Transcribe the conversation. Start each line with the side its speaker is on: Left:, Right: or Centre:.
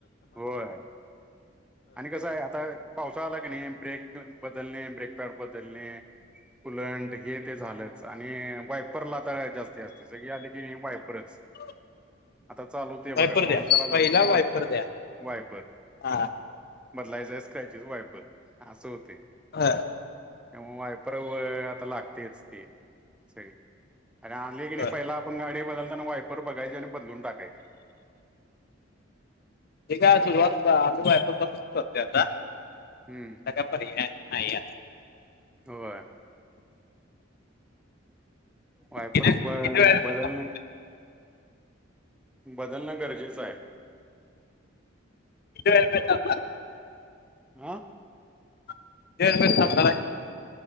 Centre: होय, आणि कसंय आता पावसा आला की नाही ब्रेक बदलणे, ब्रेकपॅड बदलणे कुलंट हे ते झालंच आणि वायपरला आता जास्ती असते सगळी आले की नाही वायपरच
Left: <inaudible>
Centre: आता चालू होतंय
Left: वायपर
Centre: बघा, पाऊस
Left: द्या
Centre: जरा झाला
Left: पहिला
Centre: की नाही वायपर
Left: द्या
Centre: वायपर,
Left: हा
Centre: बदलायचा काय तिच वायपर असं होतंय.
Left: हा
Centre: त्यामुळे वायपर अ आता लागतयच ते सगळे आणि आणले की नाही
Left: होय
Centre: पहिला आपण गाडी बदलताना वायपर बघायची आणि बदलून टाकायचे.
Left: ते काय सुरवात आम्ही वायपर पासूनच करतोय आता. त्या
Centre: हम्म
Left: काय पर्याय नाय या
Centre: होय वायपर
Left: किती किती
Centre: ब
Left: वेळ
Centre: बदलले
Left: किती
Centre: बदलणं गरजेचं आहे.
Left: <unintelligible>
Centre: आ?
Left: किती वेळ थांबणार?